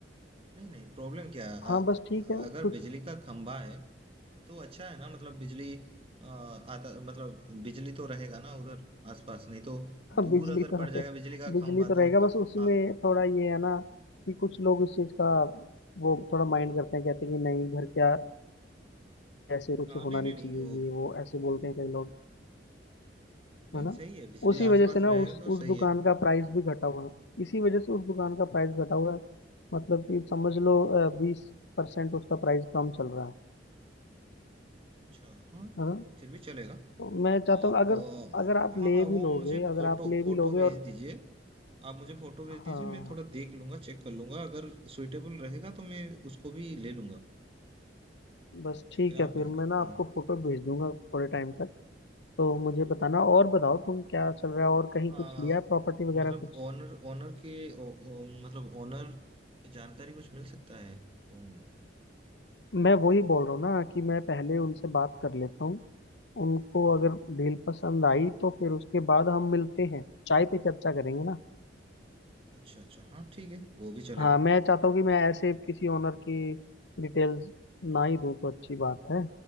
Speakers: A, on the right; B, on the left.
A: नहीं नहीं प्रॉब्लम क्या है
B: हाँ
A: अ-
B: बस ठीक है <laughs> क्योंकि
A: अगर बिजली का खंभा है तो अच्छा है ना मतलब बिजली अ, आता मतलब बिजली तो रहेगा ना उधर आसपास नहीं तो दूर
B: बिजली
A: अगर
B: तो
A: पड़
B: रहे
A: जाएगा बिजली का
B: बिजली
A: खंभा
B: तो
A: तो
B: रहेगा बस उसमें
A: हाँ
B: थोड़ा ये है ना कि कुछ लोग इस चीज़ का वो थोड़ा माइंड करते हैं कहते हैं कि नहीं घर क्या ऐसे कुछ
A: हाँ नहीं
B: होना
A: नहीं
B: नहीं चाहिए
A: नहीं वो
B: ये वो ऐसे बोलते हैं कई लोग
A: नहीं
B: है ना
A: सही है बिजली
B: उसी
A: आसपास
B: वजह से ना
A: रहेगा
B: उस
A: तो
B: उस
A: सही
B: दुकान
A: है
B: का प्राइस भी घटा हुआ है इसी वजह से उस दुकान का प्राइस घटा हुआ है मतलब कि समझ लो बीस परसेंट उसका प्राइस कम चल रहा है
A: अच्छा हाँ
B: है ना
A: फिर भी चलेगा
B: तो मैं चाहता
A: आप
B: हूँ अगर अगर आप
A: अ, हाँ
B: ले
A: हाँ वो
B: भी लोगे
A: मुझे
B: अगर
A: फोटो
B: आप ले
A: फोटो
B: भी लोगे
A: भेज
B: और
A: दीजिए आप मुझे फोटो भेज
B: हाँ
A: दीजिए मैं थोड़ा देख लूंगा चेक कर लूंगा अगर सुइटेबल रहेगा तो मैं उसको भी ले लूंगा
B: बस
A: ठीक
B: ठीक
A: है आप
B: है फिर
A: भेज दीजिए
B: मैं ना
A: हाँ
B: आपको फोटो भेज दूंगा थोड़े टाइम तक तो मुझे बताना और बताओ तुम क्या चल रहा है और कहीं
A: आ,
B: कुछ लिया है प्रॉपर्टी वगैरह
A: मतलब
B: कुछ
A: ओनर ओनर के ओ, ओ, मतलब ओनर की जानकारी कुछ मिल सकता है कौन
B: मैं वही बोल रहा हूँ ना कि मैं पहले उनसे बात कर लेता हूँ उनको अगर डील पसंद आई तो फिर उसके बाद हम मिलते हैं चाय पे चर्चा करेंगे ना
A: अच्छा अच्छा हाँ ठीक है वो भी चलेगा
B: हाँ मैं चाहता हूँ कि मैं ऐसे किसी ओनर की डिटेल्स ना ही दूँ तो अच्छी बात है